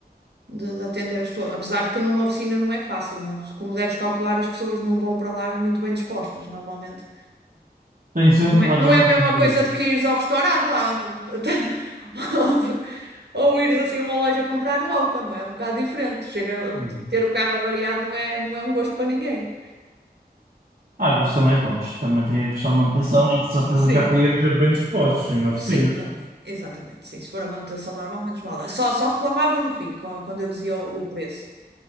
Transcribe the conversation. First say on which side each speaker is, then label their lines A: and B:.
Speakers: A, on the right; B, on the right.
A: de, de atender as pessoas. Apesar de que numa oficina não é fácil, não é? Porque Como deves calcular, as pessoas não vão para lá muito bem dispostas, normalmente.
B: Tenho sempre
A: Não é,
B: de largar
A: não é
B: muito
A: a mesma
B: dinheiro.
A: coisa do que ires ao restaurante ah, no- no- tá- <laughs> ou, do- ou ires assim a uma loja comprar roupa, não é? É um bocado diferente. Chega, a
B: Hum.
A: ter o carro avariado não é, não é um gosto para ninguém.
B: Às vezes também, pronto, também tem a questão de manutenção e de certeza
A: Sim,
B: que há clientes bem dispostos em oficinas.
A: sim, também. Exatamente, sim. Se for a manutenção normal, menos mal. Só, só reclamavam no fim, quan- quando eu dizia o o preço.